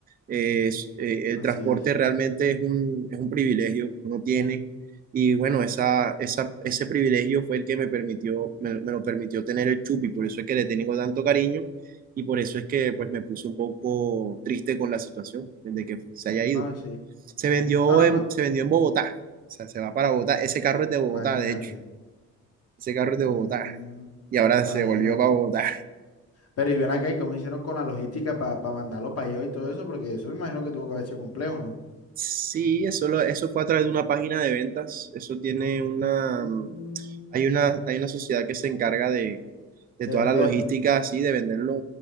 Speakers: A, on the right; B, on the left.
A: Es, eh, el
B: así
A: transporte
B: es.
A: realmente es un, es un privilegio que uno tiene y bueno, esa, esa, ese privilegio fue el que me permitió, me, me lo permitió tener el Chupi, por eso es que le tengo tanto cariño y por eso es que pues me puse un poco triste con la situación de que pues, se haya
B: No,
A: ido.
B: sí.
A: Se vendió
B: No, no,
A: en,
B: no,
A: se vendió en Bogotá. O sea, se va para Bogotá. Ese carro es de Bogotá,
B: imagínate.
A: de hecho. Ese carro es de
B: Mm,
A: Bogotá. Y ahora
B: imagínate.
A: se volvió para Bogotá.
B: Pero y ven acá, ¿y cómo hicieron con la logística para mandarlo para allá y todo eso? Porque eso me imagino que tuvo que haber sido complejo, ¿no?
A: Sí, eso, lo- eso fue a través de una página de ventas. Eso tiene una...
B: Mm,
A: Hay una, hay una sociedad que se encarga de, de
B: de
A: toda
B: venderlo.
A: la logística así, de venderlo,